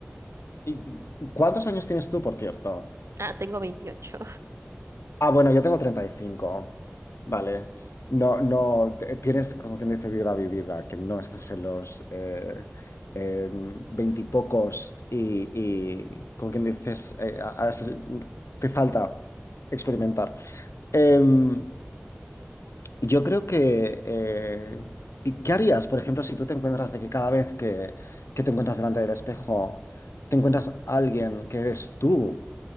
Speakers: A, on the left; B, on the right.
A: y- y- cuántos años tienes tú, por cierto?
B: Ah, tengo veintiocho.
A: Ah, bueno, yo tengo treinta y cinco, Vale. No, no, te- tienes, como quien dice, vida vivida, que no estás en los eh, eh, veintipocos y, y, como quien dices, eh, a- a- te falta experimentar. Em, yo creo que... eh, ¿y ¿Qué harías, por ejemplo, si tú te encuentras de que cada vez que, que te encuentras delante del espejo, te encuentras a alguien que eres tú,